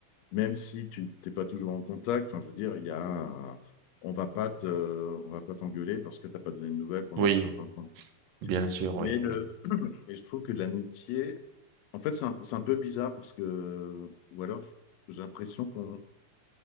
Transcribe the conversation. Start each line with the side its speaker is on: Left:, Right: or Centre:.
Left: Même si tu t'es pas toujours en contact, enfin, je veux dire, il y a, on va pas te, on va pas t'engueuler parce que t'as pas donné de nouvelles pendant
Right: oui,
Left: un certain temps. quoi.
Right: bien sûr,
Left: Mais
Right: oui,
Left: le,
Right: oui.
Left: mais je trouve que l'amitié, en fait, c'est un, c'est un peu bizarre parce que, ou alors, j'ai l'impression qu'on